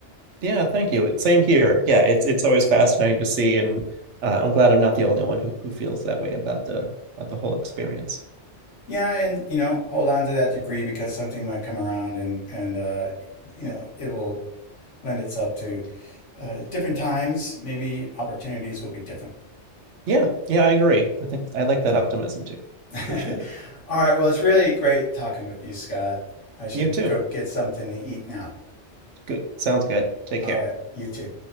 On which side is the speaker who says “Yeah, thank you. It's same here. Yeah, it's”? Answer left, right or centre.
Right